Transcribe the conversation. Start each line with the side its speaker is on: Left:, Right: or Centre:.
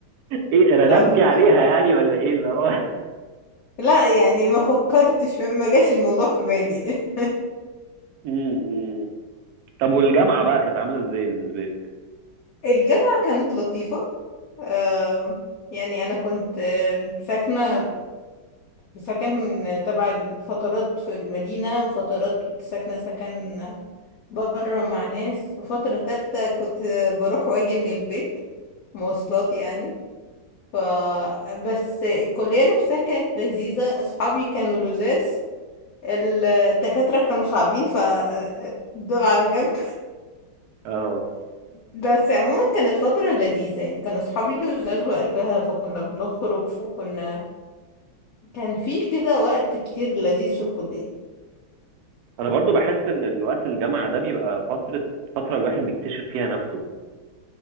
Right: إيه ندمتي
Left: لا بصراحة
Right: عليها يعني ولا إيه اللي هو <laughs>
Left: لا يعني ما فكرتش ما جاش الموضوع في بالي
Right: م- م. طب والجامعة بقى كانت عاملة إزاي بالنسبة لك؟
Left: <laughs> الجامعة كانت لطيفة آه، يعني أنا كنت آه، ساكنة سكن تبع الفترات في المدينة وفترات كنت ساكنة سكن برا مع ناس وفترة تالتة كنت بروح واجي من البيت مواصلات يعني ف بس الكلية نفسها كانت لذيذة أصحابي كانوا لذاذ الدكاترة كانوا صعبين ف دول على جنب
Right: آه
Left: بس عموما كانت فترة لذيذة يعني كان أصحابي لذاذ وقتها فكنا بنخرج فكنا كان في كده وقت كتير لذيذ في الكلية
Right: أنا برضو بحس إن الوقت الجامعة ده بيبقى فترة فترة الواحد بيكتشف فيها نفسه